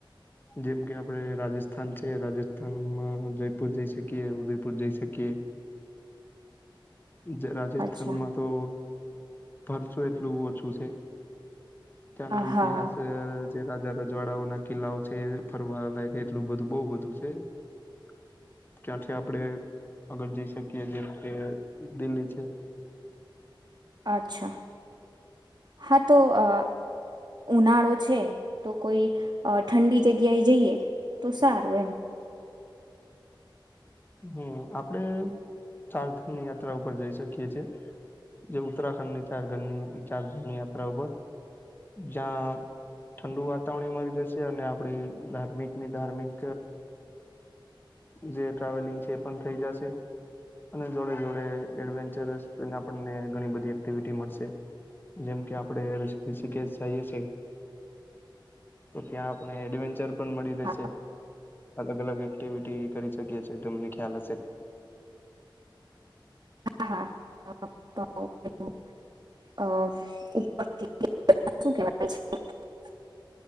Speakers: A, on the left; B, on the right.
A: જેમ કે આપણે રાજસ્થાન છે રાજસ્થાનમાં જયપુર જઈ શકીએ ઉદયપુર જઈ શકીએ. <inaudible> રાજસ્થાનમાં
B: અચ્છા
A: તો ફરશો એટલું ઓછું છે ત્યાંનો
B: હ
A: ઈતિહાસ
B: હા
A: જે રાજા રજવાડાઓ ના કિલ્લાઓ છે ફરવા લાયક એટલું બધું બહ બધું છે. <inaudible> ક્યાંથી આપડે અગર જઈ શકીએ જે કે દિલ્લી છે. <inaudible>
B: અચ્છા હા તો અ ઉનાળો છે તો કોઈ અ ઠંડી જગ્યાએ જઈએ તો સારું એમ.
A: હમ આપડે ચારધામ યાત્રા ઉપર જઈ શકીએ છીએ. જે ઉત્તરાખંડની ચાર ઘની ચાર ધામની યાત્રા ઉપર જ્યાં ઠંડુ વાતાવરણે મળી જશે અને આપડી ધાર્મિક ની ધાર્મિક જે ટ્રાવેલિંગ છે એ પણ થઈ જશે. અને જોડે જોડે એડવેન્ચરસને આપણને ઘણી બધી એક્ટિવિટી મળશે. જેમ કે આપણે ઋષિકેશ જઈએ છે. તો ત્યાં આપણે એડવેન્ચર પણ મળી રહેશે
B: હા
A: અલગ અલગ એક એક્ટિવિટી કરી શકીએ છીએ તમને ખ્યાલ હશે.
B: હા <unintelligible> અ ઉપર <unintelligible>